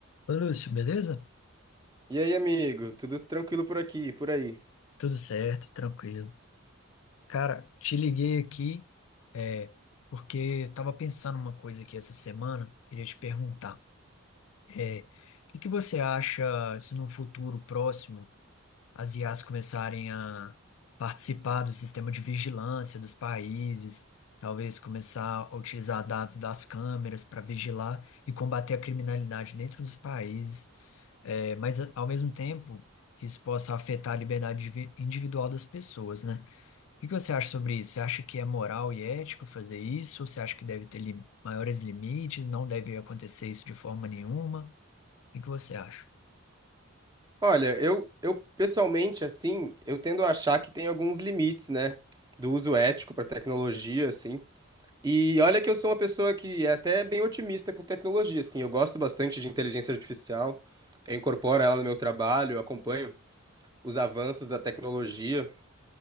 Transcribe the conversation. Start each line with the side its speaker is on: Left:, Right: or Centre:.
Left: Ô, Lúcio, beleza?
Right: E aí, amigo? Tudo tranquilo por aqui, e por aí?
Left: Tudo certo, tranquilo. Cara, te liguei aqui, é, porque eu tava pensando uma coisa aqui essa semana, queria te perguntar. É, o que que você acha se num futuro próximo. as IAs começarem a participar do sistema de vigilância dos países, talvez começar a utilizar dados das câmeras para vigilar e combater a criminalidade dentro dos países, É, mas a- ao mesmo tempo que isso possa afetar a liberdade indivi- individual das pessoas, né? O que que você acha sobre isso? Você acha que é moral e ético fazer isso? Você acha que deve ter lim- maiores limites? Não deve acontecer isso de forma nenhuma? O que que você acha?
Right: Olha, eu, eu pessoalmente, assim, eu tendo a achar que tem alguns limites, né, do uso ético para tecnologia, assim. E olha que eu sou uma pessoa que é até bem otimista com tecnologia, assim. Eu gosto bastante de inteligência artificial, eu incorporo ela no meu trabalho, eu acompanho os avanços da tecnologia.